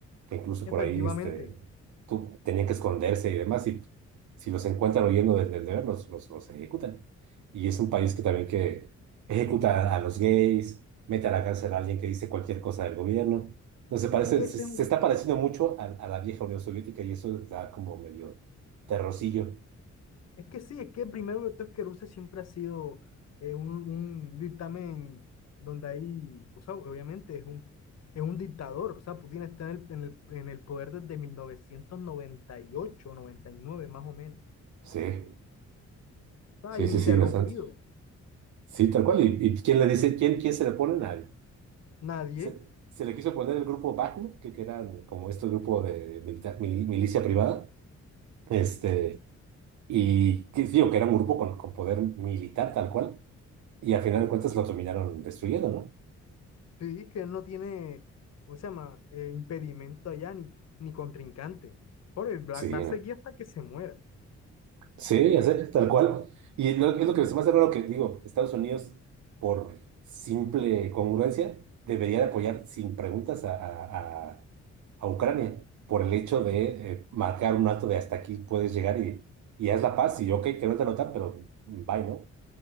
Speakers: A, on the right (about 80°); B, on the left (about 60°).
A: que incluso por
B: Efectivamente,
A: ahí este, tú, tenían que esconderse y demás, y si los encuentran huyendo del del deber, los, los, los ejecutan. Y es un país que también que ejecuta a, a los gays, mete a la cárcel a alguien que dice cualquier cosa del gobierno. Entonces parece,
B: es que
A: se,
B: ese
A: se
B: es un
A: está pareciendo mucho a, a la vieja Unión Soviética y eso da como medio terrorcillo.
B: Es que sí, es que primero que todo es que Rusia siempre ha sido eh, un, un dictamen donde hay, o sea, obviamente es un, es un dictador, o sea, Putin está en el, en el, en el poder desde mil novecientos noventa noventa y ocho noventa y nueve más o menos,
A: Sí,
B: está
A: sí,
B: ininterrumpido,
A: sí, sí, bastante. Sí, tal cual. ¿Y, y quién le dice, quién, quién se le pone? Nadie.
B: nadie,
A: Se, se le quiso poner el grupo Wagner, que, que eran como este grupo de milita- mili- milicia privada, Este, y que, digo, que era un grupo con, con poder militar tal cual, y al final de cuentas lo terminaron destruyendo, ¿no?
B: sí, que él no tiene, ¿cómo se llama?, eh, impedimento allá ni, ni contrincante, por él va,
A: Sí,
B: va a
A: ¿no?
B: seguir hasta que se muera,
A: Sí, ya sé, tal cual. Y lo- es lo que se me hace raro que, digo, Estados Unidos, por simple congruencia, debería de apoyar sin preguntas a, a- a- a Ucrania por el hecho de eh, marcar un alto de hasta aquí puedes llegar y, y haz la paz y ok, que no te anotan, pero bye, ¿no?